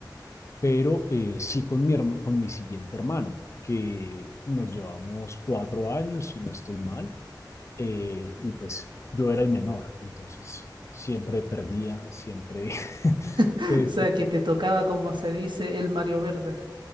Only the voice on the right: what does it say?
O
sea, que te tocaba, como se dice, el Mario Verde.